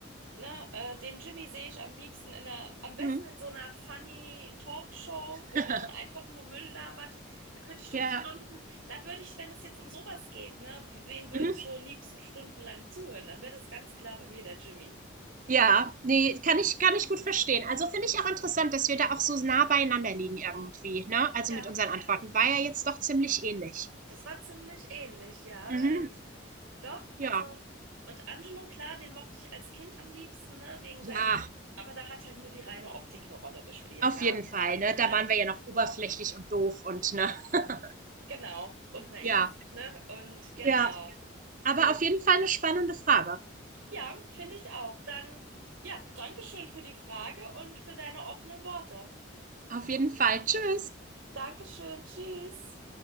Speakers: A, on the right; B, on the right.
A: ne, äh, den Jimmy sehe ich am liebsten in einer, am besten
B: Mhm.
A: in so einer funny Talkshow, wo
B: <laughs>
A: man <laughs> einfach nur Müll labert. Da könnte ich dem
B: Ja.
A: Stunden, da würde ich, wenn das jetzt um sowas geht, ne, we- wem würdest
B: Mhm.
A: du liebsten stundenlang zuhören? Dann wäre das ganz klar bei mir der Jimmy.
B: Ja, ne, kann ich kann ich gut verstehen. Also, finde ich auch interessant, dass wir da auch so nah beieinander liegen irgendwie, ne? Also,
A: Ja,
B: mit unseren Antworten. War ja jetzt doch ziemlich ähnlich.
A: das war ziemlich ähnlich, ja.
B: Mhm.
A: Und Doch,
B: Ja.
A: also, und Angelo, klar, den mochte ich als Kind am liebsten, ne, wegen
B: Ja,
A: seinem, aber da hat halt nur die reine Optik eine Rolle gespielt,
B: auf
A: da,
B: jeden Fall, ne?
A: ne,
B: Da waren wir ja noch oberflächlich und doof und ne? <laughs>
A: genau, und naiv,
B: Ja.
A: ne, und genau,
B: Ja, aber
A: nee,
B: auf jeden Fall eine spannende Frage.
A: ja, finde ich auch. Dann, ja, Dankeschön für die Frage und für deine offenen Worte.
B: Auf jeden Fall. Tschüss.
A: Dankeschön, tschüss.